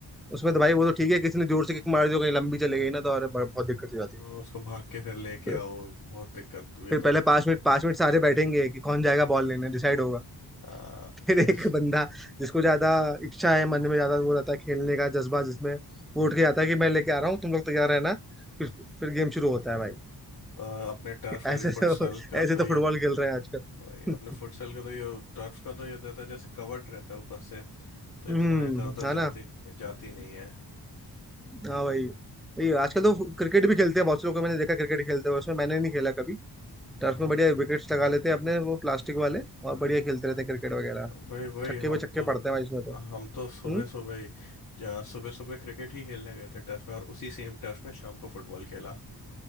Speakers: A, in the centre; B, on the left.
A: उसमें तो भाई वो तो ठीक है किसी ने जोर से किक मार दी हो, कहीं लंबी चले गई ना तो अरे ब- बहुत दिक्कत हो जाती
B: हाँ,
A: है
B: उसको भाग के फिर लेके
A: फिर
B: आओ बहुत दिक्कत हुई
A: फिर
B: तो
A: पहले
B: होती
A: पांच
B: है
A: मिनट पांच मिनट सारे बैठेंगे कि कौन जाएगा बॉल लेने डिसाइड होगा <laughs>
B: हाँ
A: फिर एक
B: इस-
A: बंदा जिसको ज्यादा इच्छा है मन में ज्यादा वो रहता है खेलने का जज्बा जिसमें वो उठ के आता है कि मैं लेके आ रहा हूँ तुम लोग तैयार रहना फिर फिर गेम शुरू होता है भाई
B: और अपने टर्फ
A: <laughs> ऐसे
B: और ये फुटसल
A: तो
B: का
A: ऐसे
B: तो
A: तो
B: ये
A: फुटबॉल खेल रहे हैं आजकल
B: वही अपने फुटसल का तो ये टर्फ का तो ये रहता है जैसे कवर्ड रहता है ऊपर से तो
A: हम्म
B: इतना इधर उधर
A: है
B: जाती
A: ना
B: जाती नहीं है
A: हाँ भाई ये आजकल तो क्रिकेट भी खेलते हैं बहुत से लोग को मैंने देखा क्रिकेट खेलते हुए उसमें मैंने नहीं खेला कभी टर्फ
B: हाँ
A: में बढ़िया विकेट्स लगा लेते हैं अपने वो प्लास्टिक वाले और बढ़िया खेलते रहते हैं क्रिकेट वगैरह
B: वही वही
A: छक्के
B: हम
A: पे छक्के
B: तो
A: पड़ते हैं भाई इसमें तो
B: हम तो
A: हम्म?
B: सुबह सुबह ही जा- सुबह सुबह क्रिकेट ही खेलने गए थे टर्फ में और उसी सेम टर्फ में शाम को फुटबॉल खेला